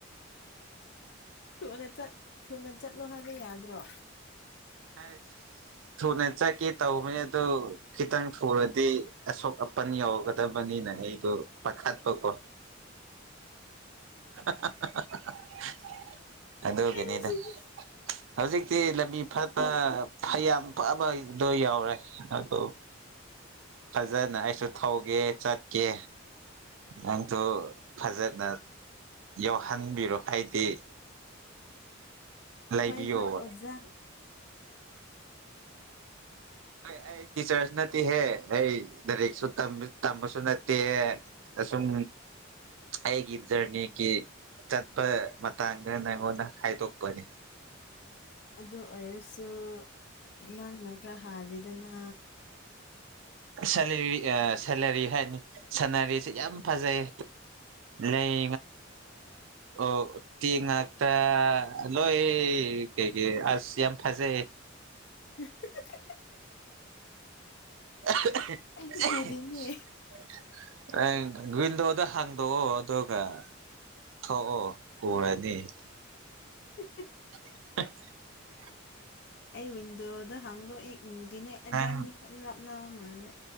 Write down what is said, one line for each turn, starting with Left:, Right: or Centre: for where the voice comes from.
Left: ꯊꯨꯅ ꯆ ꯊꯨꯅ ꯆꯠꯂꯣ ꯍꯥꯏꯕ ꯌꯥꯗ꯭ꯔꯣ
Right: ꯍ ꯁꯨꯅꯦ ꯆ ꯀ ꯇꯎ ꯃ ꯑꯗꯨ ꯈꯤꯇꯪ ꯊꯨꯔꯗꯤ ꯑꯁꯣꯛ ꯑꯄꯟ ꯌꯧꯒꯗꯕꯅꯤꯅ ꯑꯩꯗꯣ ꯄꯥꯈꯠꯄꯀꯣ <inaudible> ꯑꯗꯒꯦꯅꯤꯗ
Left: ꯑꯩꯁꯤꯗꯤ
Right: ꯍꯧꯖꯤꯛꯇꯤ ꯂꯝꯕꯤ ꯐ ꯌꯥꯝ ꯐꯕꯗꯣ ꯌꯥꯎꯔꯦ ꯑꯗꯨ ꯐꯖꯅ ꯑꯩꯁꯨ ꯊꯧꯒꯦ ꯆꯠꯀꯦ ꯅꯪꯁꯨ ꯐꯖꯅ ꯌꯥꯎꯍꯟꯕꯤꯔꯣ ꯍꯥꯏꯗꯤ ꯂꯩꯕꯤꯌꯣꯕ
Left: ꯍꯣꯏ ꯍꯣꯏ ꯑꯣꯖꯥ
Right: ꯑꯩ ꯇꯤꯆꯔꯁ ꯅꯠꯇ ꯍꯦ ꯑꯩ ꯂꯥꯏꯔꯤꯛꯁꯨ ꯇꯝꯕꯁꯨ ꯅꯠꯇꯦ ꯑꯁꯨꯝ ꯑꯩꯒꯤ ꯏꯖꯔꯅꯤ ꯀ ꯆꯠꯄ ꯃꯇꯥꯡꯗ ꯅꯪꯉꯣꯟꯗ ꯍꯥꯏꯗꯣꯛꯄꯅꯤ
Left: ꯑꯗꯨ ꯑꯣꯏꯔꯁꯨ ꯅꯪꯅ ꯈꯔ ꯍꯥꯜꯂꯤꯗꯅ
Right: ꯁꯂ ꯑ ꯁꯅꯔꯤ ꯍꯥꯏꯅꯤ ꯁꯅꯔꯤꯁꯤ ꯌꯥꯝ ꯐꯖꯩ ꯂꯩ ꯑꯣ ꯇꯤꯉꯥ ꯑ ꯂꯣꯏ ꯀ ꯑꯁ ꯌꯥꯝ ꯐꯖꯩ
Left: ꯑꯍꯍ
Right: ꯑꯍ
Left: ꯑꯩꯗꯤ
Right: ꯑꯍ
Left: ꯎꯗꯦꯅꯦ
Right: ꯑ ꯋꯤꯟꯗꯣꯗ ꯍꯥꯡꯗꯣꯛꯑꯣ ꯑꯗꯨꯒ ꯊꯣꯛꯑꯣ ꯎꯔ ꯎ
Left: ꯍꯍ
Right: <unintelligible>
Left: ꯑꯩ ꯋꯤꯟꯗꯣꯗ ꯍꯥꯡꯗꯣꯛꯦ ꯎꯗꯤꯅꯦ ꯏꯕꯥꯅꯤ
Right: ꯅꯪ
Left: ꯈ ꯂꯥꯞꯅꯕ ꯃꯥꯜꯂꯦ